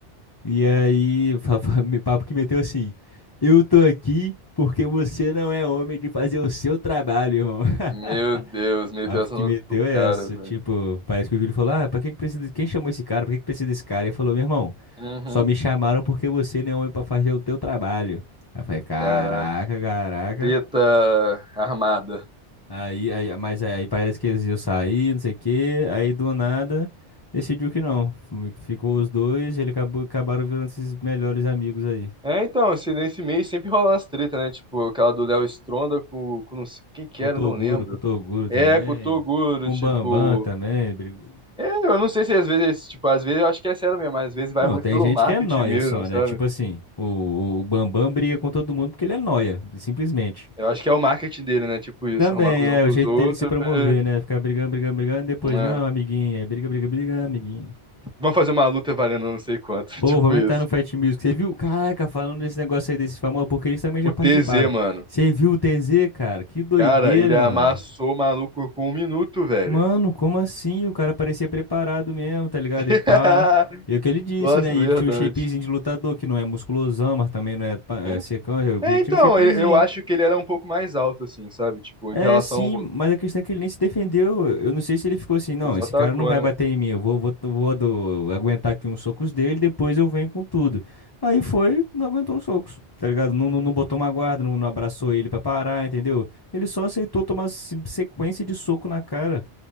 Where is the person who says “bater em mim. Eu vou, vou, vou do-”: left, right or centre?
Left